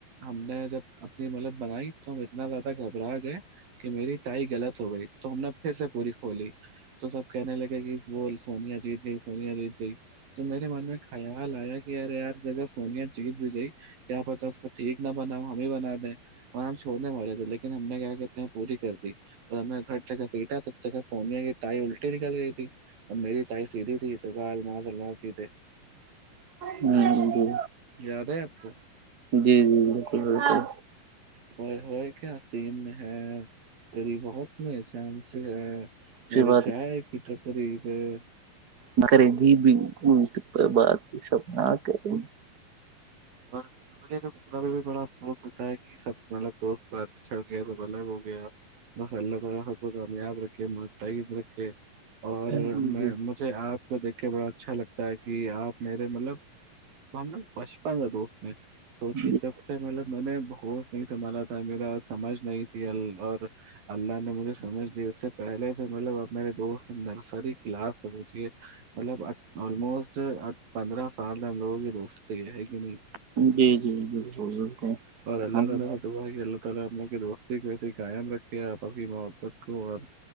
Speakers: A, on the right; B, on the right.
A: ہم نے جب اپنی ملد بنائی تو ہم اتنا زیادہ گھبرا گئے کہ میری ٹائی غلط ہو گئی تو ہم نے پھر سے پوری کھولی تو سب کہنے لگے کہ وہ سونیا جیت گئی سونیا جیت گئی تو میرے من میں کھیا ال آیا کہ یار یار جہ سونیا جیت بھی گئی کیا پتا اس کو ٹھیک نہ بناؤ ہم ہی بنا دیں بن چھوڑنے والے تھے لیکن ہم نے کیا کہتے ہیں پوری کر دی اور گھر جگہ بییھا تو اس جہ سونیا کی تائی الٹی نکل گئی تھی اب میریٹف سیدھی تھی تو کہ الم المار سیدھے
B: ہ جی
A: یاد ہے آپ کو
B: جی جی بالکل بالکل
A: ہو ہو کیا سین ہے تری بات میں جان سے ہے میرے
B: سے بات
A: چائے کی ٹقریب ہے
B: نہ کریں جی بھی بات سب نہ کریں
A: اور بولے کتا پہ بھی بڑا افسوس ہوتا ہے کہ سب مطلب دوست ار بھی چڑھ گئے تو بولے وہ بسلہ ترب گ ہمیااد رک م ترک اور
B: جی
A: میں
B: جی
A: مجھے آپ کو دیکھ کے بڑا اچھا لگتا ہے کہ آپ میرے مطلب نے بچپن تھا دوست نے سوچے
B: جی
A: جب سے مطلب میں نے ہوش نہیں سنبھالا تھا میرا سمجھ نہیں تھی ال اور اللہ نے مجھے سمجھ دی اس سے پہلے سے مطلب میرے دوست نرسری کلاسوچے مطلب آلموسٹ پندرہ سال ہم لوگ ہی دوست ہی رہ کہ نہیں
B: جی جی جی بالکل بالکل
A: اورلہ
B: ہم
A: ترہ س تو وہ ال ال اپنے کے دوستی کو ایسے قائم رکھے آپس کی محبت کو اور